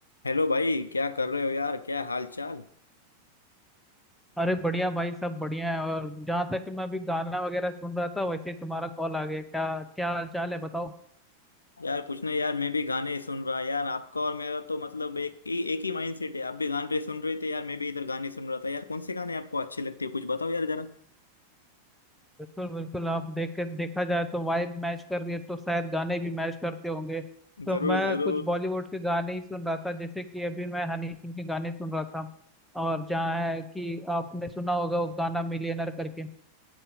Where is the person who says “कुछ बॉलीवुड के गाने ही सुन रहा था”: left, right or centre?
Centre